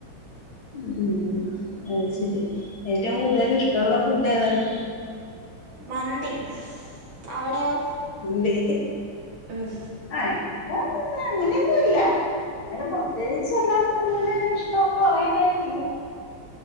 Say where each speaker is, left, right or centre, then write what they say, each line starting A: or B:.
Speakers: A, on the left; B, on the right.
A: ഹ് ഉം അത് ശരി ഏറ്റവും കൂടുതൽ ഇഷ്ടള്ള ഫുഡ് ഏതാണ്.?
B: മന്തി. അവിടെയോ
A: ന്തി..
B: ഉം
A: ആഹ് എന്താണ് അങ്ങനെയൊന്നും ഇല്ല അങ്ങനെ പ്രത്യേകിച് എല്ലാം ഇങ്ങനെ ഇഷ് ഇഷ്ട്ടം എന്ന് പറയാനാട്ടില്ല